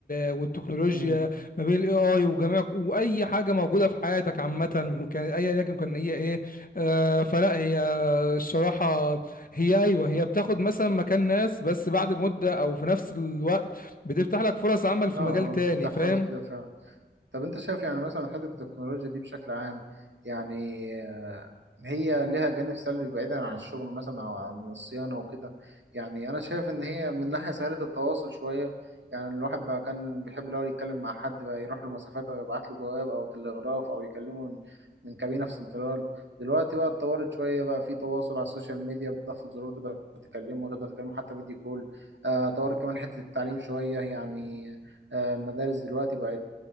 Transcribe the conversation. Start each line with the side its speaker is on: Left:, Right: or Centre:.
Left: والتكنولوجيا
Right: امم
Left: ما بين الاي اي وجميع واي حاجه موجوده في حياتك عامه كان اي لكن كان هي ايه آه فلا هي الصراحه هي ايوه هي بتاخد مثلا مكان ناس بس بعد مده او في نفس الوقت بتفتح لك فرص عمل في
Right: اه آه،
Left: مجال تاني
Right: بتفتح
Left: فاهم
Right: فرص جديدة فعلا طب انت شايف يعني مثلا حته التكنولوجيا دي بشكل عام يعني آه، هي ليها جانب سلبي بعيدا عن الشغل مثلا او عن الصيانه وكده يعني انا شايف ان هي من ناحيه سهله التواصل شويه يعني الواحد بقى كان بيحب الاول يتكلم مع حد بقى يروح له مسافات او يبعت له جواب او تلغراف او يكلمه من من كابينه في سنترال دلوقتي بقى اتطورت شويه بقى في تواصل على السوشيال ميديا بضغط زرار تقدر تكلمه وتقدر تكلمه حتى فيديو كول آه، طورت كمان حته التعليم شويه يعني آه، المدارس دلوقتي بقت